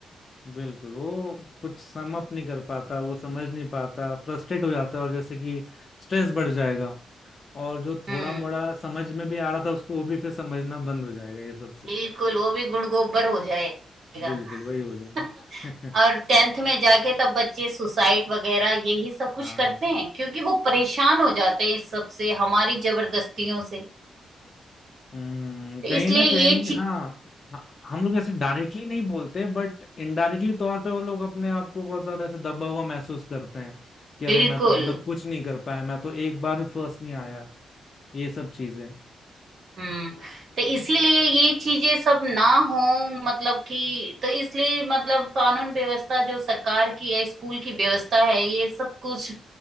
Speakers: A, on the left; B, on the right.
A: बिल्कुल वो कुछ सम अप नहीं कर पाता वो समझ नहीं पाता फ्रस्ट्रेट हो जाता है और जैसे कि स्ट्रेस बढ़ जाएगा और जो थोड़ा
B: हम्म
A: मोड़ा समझ में भी आ रहा था उसको वो भी फिर समझना बंद हो जाएगा ये सब से
B: बिल्कुल वो भी गुण गोबर हो जाएगा
A: बिल्कुल वही हो जाएगा
B: <laughs> और टेंथ में जाके तब बच्चे सुसाइड वगैरह यही सब
A: <laughs>
B: कुछ
A: हाँ
B: करते हैं क्योंकि वो परेशान हो जाते हैं इस सब से हमारी जबरदस्तियों से
A: हम्म
B: तो
A: कहीं
B: इसलिए
A: ना
B: ये
A: कहीं
B: चीज
A: हाँ हाँ, हम लोग ऐसे डायरेक्टली नहीं बोलते बट इनडायरेक्टली तौर पे वो लोग अपने आप को बहुत ज्यादा ऐसे दबा हुआ महसूस करते हैं कि अरे
B: बिल्कुल
A: मैं तो अभी तक कुछ नहीं कर पाया मैं तो एक बार भी फर्स्ट नहीं आया ये सब चीजें
B: हम्म तो इसीलिए
A: हम्म
B: ये चीजें सब ना हो मतलब कि तो इसलिए मतलब कानून व्यवस्था जो सरकार की है स्कूल की व्यवस्था है ये सब कुछ